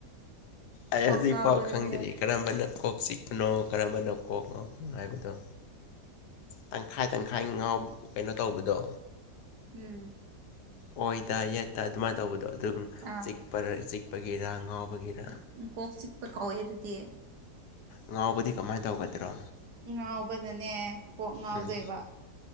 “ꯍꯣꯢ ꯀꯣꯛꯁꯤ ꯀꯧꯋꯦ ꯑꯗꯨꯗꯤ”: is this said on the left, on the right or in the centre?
Right